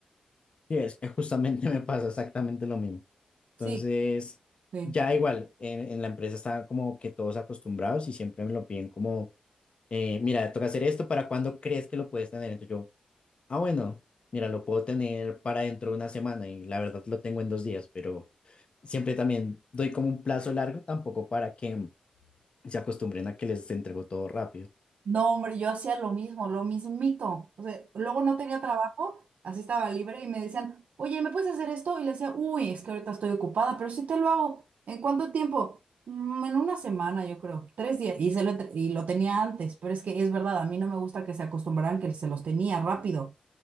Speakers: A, on the left (about 50°); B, on the right (about 80°).
A: Sí, es que justamente <laughs> me pasa exactamente lo mismo. Entonces,
B: Sí, sí.
A: ya igual, en, en la empresa están como que todos acostumbrados y siempre me lo piden como, eh, mira, toca hacer esto, ¿para cuándo crees que lo puedes tener? Entonces yo, ah, bueno, mira, lo puedo tener para dentro de una semana y la verdad lo tengo en dos días, pero siempre también doy como un plazo largo, tampoco para que se acostumbren a que les entrego todo rápido.
B: No, hombre, yo hacía lo mismo, lo mismito. O sea, luego no tenía trabajo, así estaba libre y me decían, oye, ¿me puedes hacer esto? Y le decía, uy, es que ahorita estoy ocupada, pero sí te lo hago. ¿En cuánto tiempo? "Mm, en una semana, yo creo, tres días. Y, se lo, entre- y lo tenía antes, pero es que es verdad, a mí no me gusta que se acostumbraran que se los tenía rápido.